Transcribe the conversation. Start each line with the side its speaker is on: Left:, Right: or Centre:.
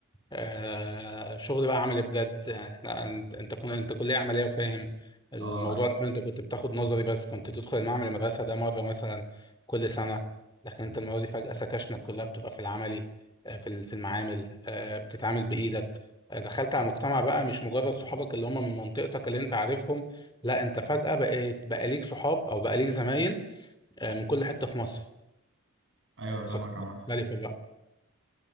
Left: آه شغل بقى عملي بجد احنا انت انت كن- انت كلية عملية وفاهم الموضوع
Right: اه أيوه.
Left: ده انت كنت بتاخد نظري بس كنت تدخل المعمل المدرسة ده مرة مثلا كل سنة لكن انت المرة دي فجأة سكاشنك كلها بتبقى في العملي آه، في ال- في المعامل آه، بتتعامل بإيدك آه، دخلت على مجتمع بقى مش مجرد صحابك اللي هم من منطقتك اللي انت عارفهم لا انت فجأة بقيت بقى ليك صحاب او بقى ليك زمايل آه، من كل حتة في مصر
Right: ايوه فاهمك
Left: ثقافات
Right: عامه
Left: مختلفة بقى